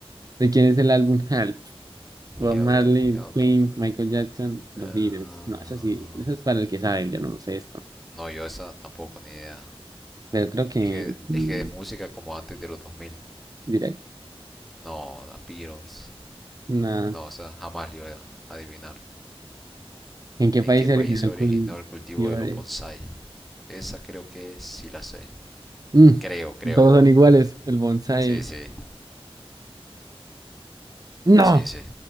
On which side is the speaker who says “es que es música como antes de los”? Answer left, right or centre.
Centre